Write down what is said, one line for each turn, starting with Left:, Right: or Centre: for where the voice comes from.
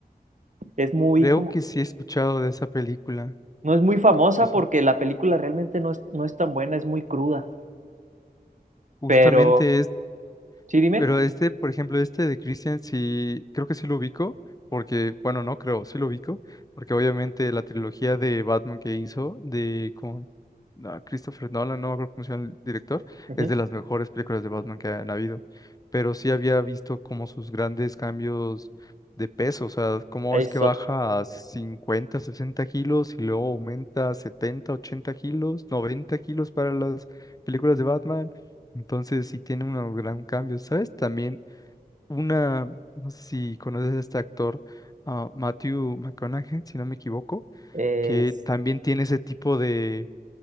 Right: Es muy
Left: Creo
Right: como
Left: que sí he escuchado de esa película.
Right: No es muy famosa
Left: Sí, sí.
Right: porque la película realmente no es, no es tan buena, es muy cruda.
Left: Justamente
Right: Pero, sí, dime.
Left: Pero este, por ejemplo, este de Christian, sí, creo que sí lo ubico, porque, bueno, no creo, sí lo ubico, porque obviamente la trilogía de Batman que hizo de con ah, Christopher Nolan, no me acuerdo cómo se llama el director,
Right: Ujú,
Left: es de las mejores películas de Batman que han habido. Pero sí había visto como sus grandes cambios de peso, o sea, cómo
Right: Eso.
Left: es que baja a 50, 60 kilos y luego aumenta a 70, 80 kilos, 90 kilos para las películas de Batman entonces sí tiene un gran cambio, ¿sabes? También una, no sé si conoces a este actor, ah, Matthew McConaughey, si no me equivoco,
Right: es-
Left: que también tiene ese tipo de,